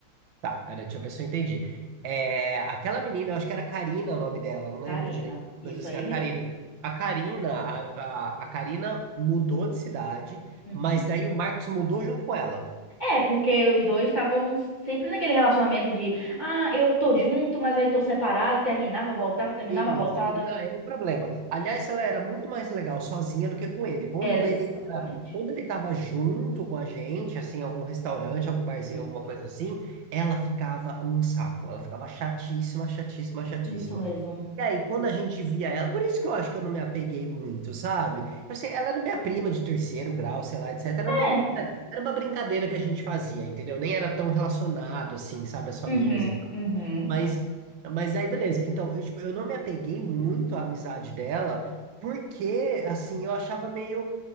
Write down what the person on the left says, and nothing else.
Karina,
isso
aí
mesmo.
Uhum.
É, porque os dois estavam sempre naquele relacionamento de, ah, eu tô junto, mas aí tô separado, terminava, voltava, terminava,
voltada.
Exatamente.
Uhum.
Isso mesmo.
É.
Uhum,
uhum.